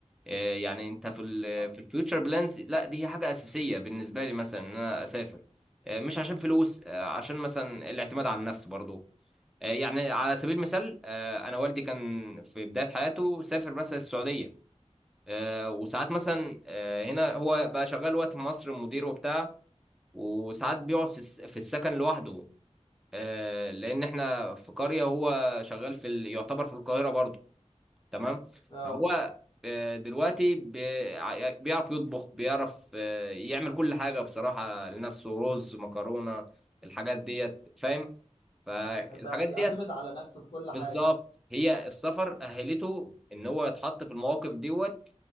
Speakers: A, in the centre; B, on the left (about 40°).
A: آه، يعني انت في ال
B: صح
A: في الفيوتشر بلانز لا دي هي حاجه اساسيه بالنسبه لي مثلا ان انا اسافر آه، مش عشان فلوس آه، عشان مثلا الاعتماد على النفس برضو آه، يعني على سبيل المثال آه، انا والدي كان في بدايه حياته سافر مثلا السعوديه آه، وساعات مثلا آه، هنا هو بقى شغال وقت في مصر مدير وبتاع وساعات بيقعد في الس- في السكن لوحده آه، لان احنا في قريه هو شغال في ال- يعتبر في القاهره برضو تمام
B: اه
A: فهو آه، دلوقتي بي- ع- بيعرف يطبخ بيعرف آه، يعمل كل حاجة بصراحة لنفسه رز مكرونة الحاجات ديت فاهم فالحاجات
B: بقى بيعتمد
A: ديت
B: على نفسه في كل حاجه
A: بالظبط
B: يعني
A: هي السفر أهلته إن هو يتحط في المواقف دوت